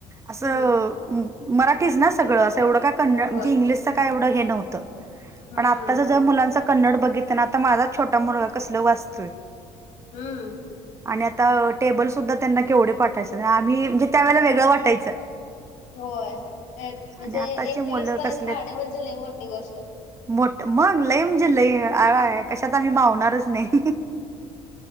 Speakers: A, on the right (about 20°); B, on the left (about 70°).
A: असं
B: हम्म
A: मराठीच ना सगळं असं एवढं काय कंन- म्हणजे
B: होय
A: इंग्लिशच काय एवढं हे नव्हतं
B: हम्म
A: पण आताच जर मुलांच कन्नड बघित ना आता माझा छोटा मुलगा कसल वाचतोय
B: हम्म
A: आणि आता टेबल सुद्धा त्यांना केवढे पाठायचं आम्ही म्हणजे त्यावेेळेला वेगळं वाटायचं
B: होय म्हणजे
A: आणि आताचे
B: एक
A: मुलं
B: ते वीस पर्यंत
A: कसले
B: पहाडे म्हणजे ल मोठी गोष्ट
A: मोठ मग लय म्हणजे लय आ आहे कशात आम्ही मावणारच नाही